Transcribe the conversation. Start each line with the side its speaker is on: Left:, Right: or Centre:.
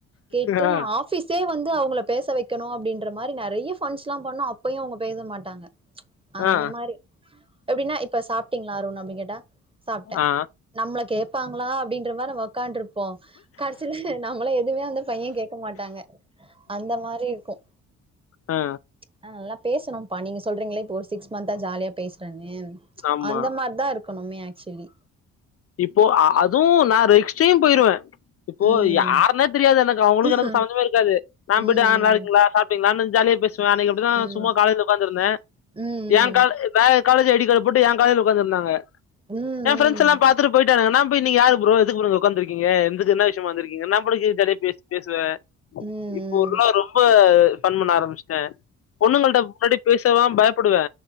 Right: கேட்டு
Left: ஆ,
Right: ஆஃபிஸே வந்து அவங்கள பேச வக்கணு அப்படின்ற மாரி நெறைய ஃபண்ஸ் எல்லாம் பண்ணோ அ ப்பயும் அவங்க பேச மாட்டாங்க அந்த
Left: ஆ,
Right: மாரி எப்படின்னா இப்ப சாப்பிட்டீங்களா அருண் அப்டி கேட்டா சாப்ட்டே
Left: ஆ
Right: நம்மள கேப்பாங்களா அப்டின்ற மாரி நம்ம ஒக்கான்ட்ருப்போ கடைசில நம்மள எதுவுமே அந்த பையன் கேட்க மாட்டாங்க அந்த மாரி இருக்கும்
Left: ஆ
Right: ஆ நல்லா பேசணும்ப்பா நீங்க சொல்றீங்களே இப்போ ஒரு சிக்ஸ் மந்த்தா ஜாலியா பேசுறேன்னு
Left: ஆமா.
Right: அந்த மாரிதா இருக்கணுமே ஆக்சுவலி
Left: இப்போ அ அதுவும் நா ரிக்ஸ்டையும் போயிருவேன் இப்போ
Right: ம்
Left: யாருனே தெரியாது எனக்கு அவங்களுக்கு எனக்கு
Right: ம்
Left: சம்மந்தமே இருக்காது நா போயிட்டு
Right: ம்
Left: ஆ நல்லா இருக்கிங்களா சாப் ட்டிங்களானு ஜாலியா பேசுவே அன்னைக்கு அப்படித்தா
Right: ம்
Left: சும்மா காலேஜ்ல ஒக்காந்திருந்தே
Right: ம்
Left: ஏ கால் வேற காலேஜ் ஐடி கார்டு போட்டு எ காலேஜ்ல ஒட்காந்துருந்தாங்க
Right: ம் ம்
Left: என் ஃபிரண்ட்ஸ் எல்லா பாத்துட்டு போயிட்டானுங்க நா போய் நீங்க யாரு ப்ரோ எதுக்கு ப்ரோ ஒக்காந்துருக்கீங்க எதுக்கு என்ன விஷயமா வந்துருக்கீங்க நா <unintelligible> பேசுவே
Right: ம் ம்
Left: இப்ப ஒருனா ரொம்ப ஃபன் பண்ண ஆரம்பிச் டே பொண்ணுங்கள்ட முன்னாடி பேசலா பயப்புடுவே